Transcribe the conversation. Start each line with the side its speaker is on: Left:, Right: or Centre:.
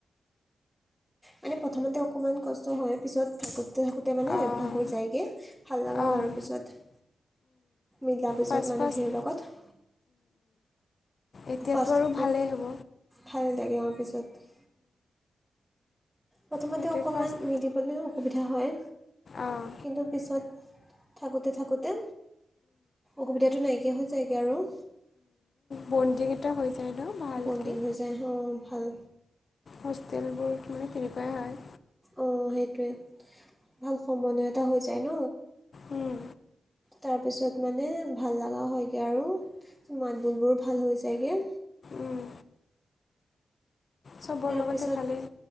Centre: মানে প্ৰথমতে অকমান কষ্ট হয়, পিছত থাকো থকোতে থাকোতে মানে
Left: অঁ
Centre: অভ্যাস হৈ যায়গে ভাল লগা
Left: অঁ
Centre: হোৱাৰ পিছত, মিলাৰ পিছত
Left: ফাৰ্ষ্ট
Centre: মানুহখীৰ
Left: ফাৰ্ষ্ট
Centre: লগত
Left: এতিয়াতো
Centre: ফাৰ্ষ্ট
Left: আৰু ভালেই হ'ব
Centre: ভালে লাগে তাৰ পিছত প্ৰথমতে
Left: সেইটোৱে
Centre: অকনমান
Left: ফাৰ্ষ্ট
Centre: মিলিবলৈ অসুবিধা হয়
Left: অঁ
Centre: কিন্তু পিছত থাকোতে থাকোতে অসুবিধাটো নাইকিয়া হৈ যায়গে আৰু,
Left: বণ্ডিং এটা হৈ যায় ন ভালকৈ
Centre: বণ্ডিং হৈ যায় অ ভাল
Left: হোষ্টেলবোৰ মানে তেনেকুৱাই হয়।
Centre: অ সেইটোৱে ভাল সম্বন্ধ এটা হৈ যায় ন।
Left: উম,
Centre: তাৰপিছত মানে ভাল লগা হয়গে আৰু মাত বুলবোৰো ভাল হৈ যায়গে।
Left: উম, চবৰ
Centre: ইয়াৰ
Left: লগতে
Centre: পিছত,
Left: ভালেই।